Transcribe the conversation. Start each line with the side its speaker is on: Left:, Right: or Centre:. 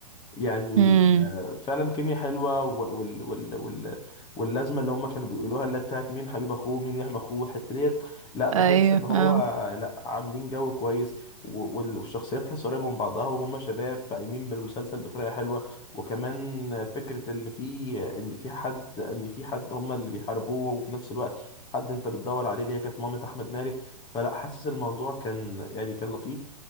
Left: يعني
Right: امم
Left: آه، فعلا كيميا حلوه و- وال وال وال واللازمه اللي هم كانوا بيقولوها اللي هي بتاعت مين حبيب اخوه مين يحمي اخوه الحته ديت لا بحس
Right: ايوه
Left: ان هو
Right: اه
Left: لا عاملين جو كويس و- وال- والشخصيات تحس قريبه من بعضها وهم شباب فايمين بالمسلسل بطريقه حلوه وكمان فكره ان في ان في حد ان في حد هم اللي بيحاربوه وفي نفس الوقت حد انت بتدور عليه اللي هي كانت مامة احمد مالك فلا حاسس الموضوع كان يعني كان لطيف